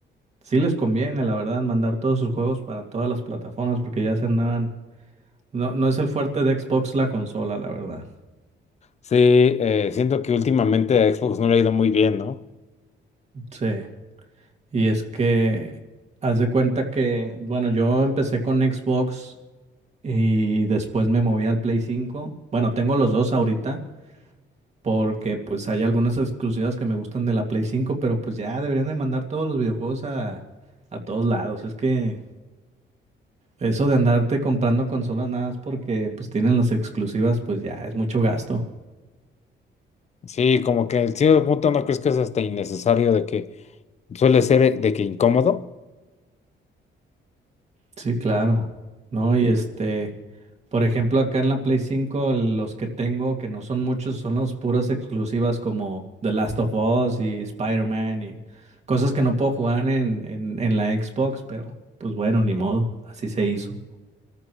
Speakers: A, on the right; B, on the left.
A: Sí les conviene, la verdad, mandar todos sus juegos para todas las plataformas porque ya se andaban. No, no es el fuerte de Xbox la consola, la verdad.
B: Sí, eh, siento que últimamente a Xbox no le ha ido muy bien, ¿no?
A: Sí. Y es que haz de cuenta que, bueno, yo empecé con Xbox y después me moví al Play 5. Bueno, tengo los dos ahorita porque pues hay algunas exclusivas que me gustan de la Play 5, pero pues ya deberían de mandar todos los videojuegos a, a todos lados. Es que Eso de andarte comprando consolas nada más porque pues tienen las exclusivas, pues ya es mucho gasto.
B: Sí, como que en cierto punto no crees que es hasta innecesario de que suele ser eh, de que incómodo.
A: Sí, claro. No, y este, por ejemplo, acá en la Play 5 los que tengo, que no son muchos, son los puras exclusivas como The Last of Us y Spider-Man y cosas que no puedo jugar en, en, en la Xbox, pero pues bueno, ni modo, así se hizo.